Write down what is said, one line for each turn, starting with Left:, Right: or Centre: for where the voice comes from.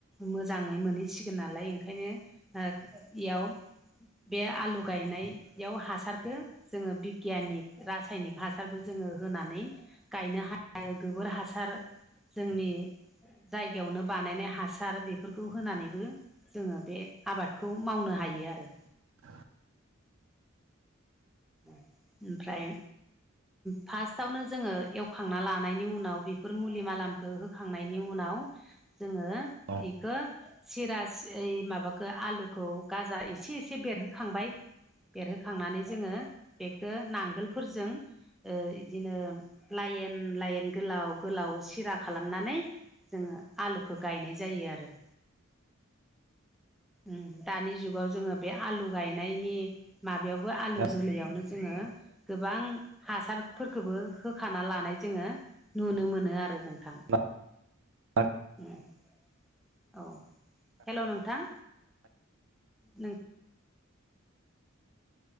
Centre: मोजाङै मोनहैसिगोन नालाय ओंखायनो ओ इयाव बे आलु गायनायाव हासारखो जोङो बिगियानिक रासायनिक हासारबो जोङो होनानै गायनो हाया गोबोर हासार जोंनि जायगायावनो बानायनाय हा हासार बेफोरखौ होनानैबो जोङो बे आबादखौ मावनो हायो आरो
Right: <unintelligible>
Centre: ओमफ्राय फास्टआवनो जोङो एवखांना लानायनि उनाव बेफोर मुलि मालामखो होखांनायनि उनाव जोङो
Right: नोंथां
Centre: इखौ सिरास ओइ माबाखो आलु खौ गाजा एसे एसे बेरहोखांबाय बेरहोखांनानै जोङो बेखो नांगोलफोरजों ओ इदिनो लायेन लायेन गोलाव गोलाव सिरा खालामनानै जोङो आलुखो गायनाय जायो आरो ओम दानि जुगाव जोङो बे आलु गायनायनि माबायावबो आलु
Right: दा
Centre: जोलैयावनो जोङो गोबां हासारफोरखोबो होखाना लानाय जोङो नुनो मोनो आरो नोंथां
Right: बिदिब्ला <unintelligible>
Centre: <unintelligible> औ हेल' नोंथां नों